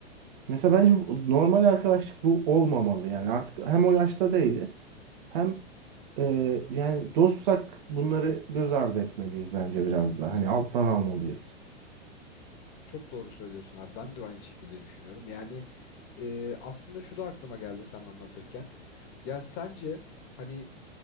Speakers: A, on the right; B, on the left.
A: Mesela bence bu- normal arkadaşlık bu olmamalı yani artık hem o yaşta değiliz hem e, yani dostsak bunları göz ardı etmeliyiz bence biraz da hani alttan almalıyız.
B: Çok doğru söylüyorsun abi. Ben de aynı şekilde düşünüyorum. Yani e, aslında şu da aklıma geldi sen anlatırken. Ya sence hani